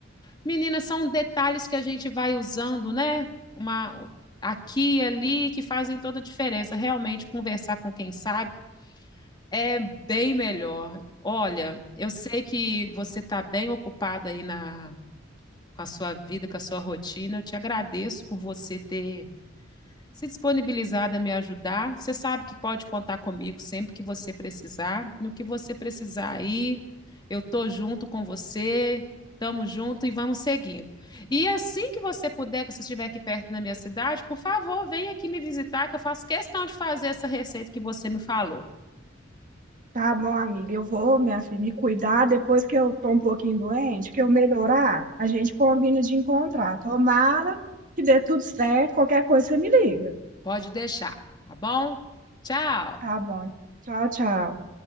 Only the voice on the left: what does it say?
Meninas são detalhes que a gente vai usando, né? Uma aqui e ali que fazem toda a diferença. Realmente, conversar com quem sabe é bem melhor. Olha, eu sei que você está bem ocupada aí na, com a sua vida, com a sua rotina. Eu te agradeço por você ter se disponibilizada a me ajudar. Você sabe que pode contar comigo sempre que você precisar. No que você precisar aí, eu tô junto com você. estamos juntos e vamos seguindo. E assim que você puder, que você estiver aqui perto da minha cidade, por favor, venha aqui me visitar, que eu faço questão de fazer essa receita que você me falou.
Pode deixar, tá bom? Tchau!